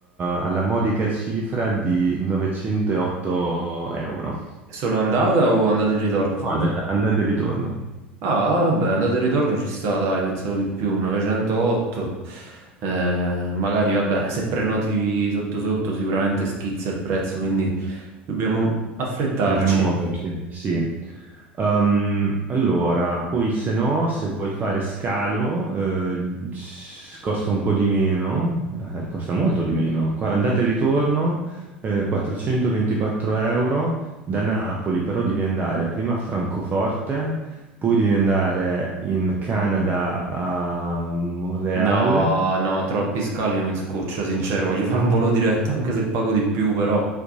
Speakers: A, on the right; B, on the right.
A: alla modica cifra di 908 euro.
B: Solo andata o andata e ritorno, scusa?
A: No, andata andata e ritorno.
B: Ah, vabbè, andata e ritorno ci sta, dai, pensavo di più, 908. Eh, magari, vabbè, se prenoti sotto sotto sicuramente schizza il prezzo, quindi dobbiamo affrettarci.
A: Dobbiamo muoverci, sì. Ehm, allora, poi se no, se vuoi fare scalo, eh, s- costa un po' di meno, eh, costa molto di meno. Qua- andata e ritorno, eh, 424 euro da Napoli, però devi andare prima a Francoforte, poi devi andare in Canada a Montreal.
B: No, no, troppi scali mi scoccio, sincero, voglio fare un volo diretto, anche se pago di più, però.